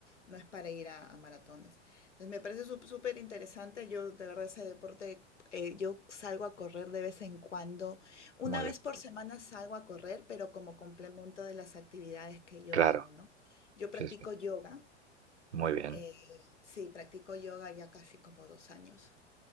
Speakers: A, on the left (about 85°); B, on the right (about 75°).
A: no es para ir a, a maratones. Entonces me parece sup- súper interesante, yo de verdad ese deporte, eh, yo salgo a correr de vez en cuando una
B: Muy
A: vez
B: bien,
A: por semana salgo a correr, pero como complemento de las actividades que yo
B: claro,
A: hago, ¿no? Yo practico
B: sí, sí,
A: yoga,
B: muy bien,
A: eh, sí, practico yoga ya casi como dos años.